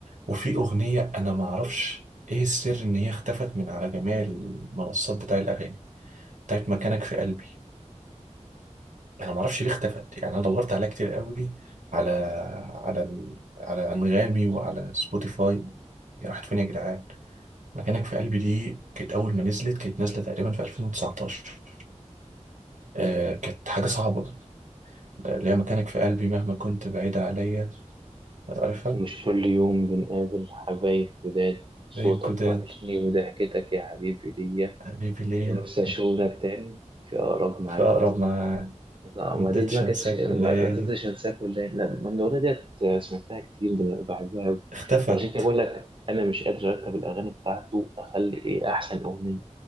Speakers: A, on the right; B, on the right.
A: وفي أغنية أنا معرفش إيه السر إن هي اختفت من على جميع المنصات بتاع الأغاني بتاعت مكانك في قلبي أنا معرفش ليه اختفت يعني أنا دورت عليها كتير أوي على على ال- على أنغامي وعلى سبوتيفاي هي راحت فين يا جدعان مكانك في قلبي دي كانت أول ما نزلت كانت نازلة تقريبا في 2019 آه كانت حاجة صعبة اللي هي مكانك في قلبي مهما كنت بعيدة عليا عارفها
B: ومش كل يوم بنقابل حبايب جداد صوتك
A: زي الجداد
B: وحشني وضحكتك يا حبيبي ليا
A: حبيبي ليا
B: ونفسي اشوفك تاني في اقرب ميعاد
A: في أقرب ما
B: لا
A: مقدرتش
B: ما دي, دي ما كانتش
A: أنساك
B: ما
A: والليالي
B: ما تقدرش انساها كلها لا ما من الاغنيه ديت آه، سمعتها كتير بال- بحبها قوي
A: اختفت
B: عشان كده بقول لك انا مش قادر ارتب الاغاني بتاعته اخلي ايه احسن اغنيه